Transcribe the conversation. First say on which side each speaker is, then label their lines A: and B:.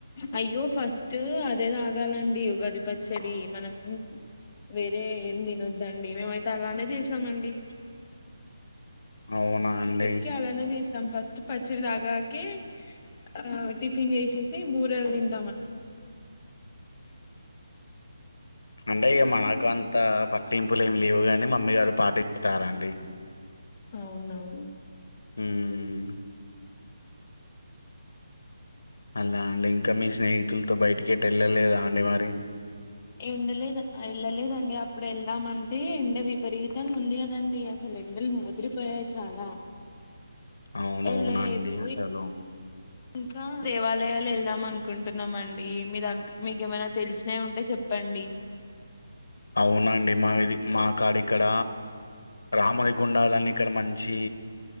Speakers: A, on the left; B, on the left.
A: అయ్యో ఫస్ట్ అదే తాగాలంట ది ఉగాది పచ్చడి మనం వేరే ఏం తినొద్దండి ఏమై అలానే చేసామండి
B: అవునా అండి
A: ఇప్పటికీ అలానే చేస్తాం ఫస్ట్ పచ్చడి తాగాకే ఆ టిఫిన్ చేసేసి బూరలు తింట
B: అంటే ఇగ మనకు అంతా పట్టింపులు ఏమి లేవు కాని మమ్మీ గారు పాటిస్తారండి
A: అవునవును
B: ఉమ్ అలా అండి ఇంకా మీ స్నేహితులతో బయటికి ఎటు వెళ్ళలేదా అండి మరి
A: ఎండలేదు వెళ్ళలేదండి అప్పుడు వెళ్దామంటే ఎండ విపరీతంగా ఉంది కదండి అసలు ఎండలు ముదిరిపోయాయి చాలా
B: అవునవునండి
A: వెళ్ళలేదు
B: అసలు
A: ఇంకా దేవాలయాలు వెల్దాం అనుకుంటున్నామండి మీ దగ్గ మీకు ఏమైనా తెలిసినయి ఉంటే చెప్పండి
B: అవునండి మా ఇది మా కాడ ఇక్కడ రాముని గుండాలని ఇక్కడ మంచి